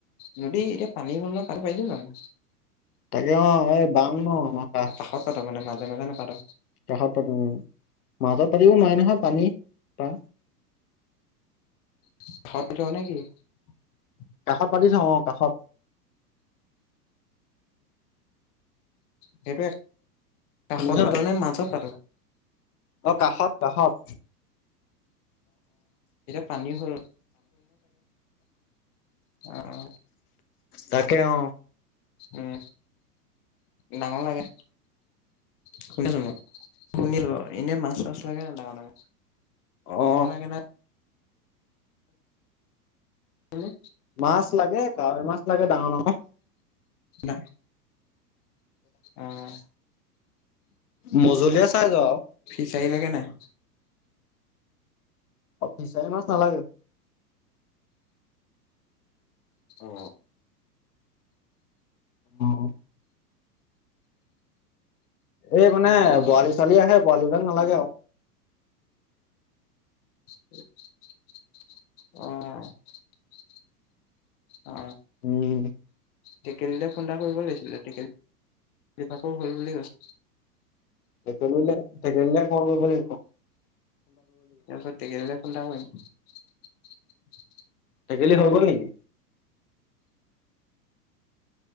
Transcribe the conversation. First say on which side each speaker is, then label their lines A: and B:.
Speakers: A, on the left; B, on the left.
A: নদী এতিয়া পানী হল নহয়, পাতিব পাৰিব জানো?
B: তাকে অ এই বাম ন আমাৰ কাষ
A: কাষত পাতো মানে মাজে, মাজে নেপাতো।
B: কাষত পাতো মাজত পাতিব নোৱাৰি নহয় পানী পা।
A: <unintelligible>
B: কাষত পাতি থওঁ অ কাষত
A: সেইটো কাষত
B: শুনিছ
A: পাত
B: নাই
A: নে মাজত পাতা
B: অ কাষত কাষত
A: পানীও অ',
B: তাকে, অ'।
A: উম ডাঙৰ লাগে শুনি আছো মই শুনিছো এনে মাছ চাছ লাগে ন ডাঙৰ ডাঙৰ
B: অ
A: ভাল লাগে ন বোলো
B: মাছ লাগে কাৱৈ মাছ লাগে ডাঙৰ ডাঙৰ
A: ন আহ
B: মজলীয়া চাই য আওঁ
A: চাৰিলাগে নাই?
B: অফিচাই মাছ নালাগ
A: অ
B: অ এই মানে
A: অ',
B: বৰালি চৰালি আহে বৰাালি ভাগ নালাগে আওঁ
A: অ অ
B: উম
A: টেকেলি লৈ ফোন এটা কৰিব লাগিছিলে টেকেল বিভাকো হল বুলি কৈছ
B: তেকেলি তেকেলিলে ফোন এটা কৰিব লাগিব
A: তাজত টেকেলি লৈ ফোন এটা কৰিম
B: টেকেলি হই গল নেকি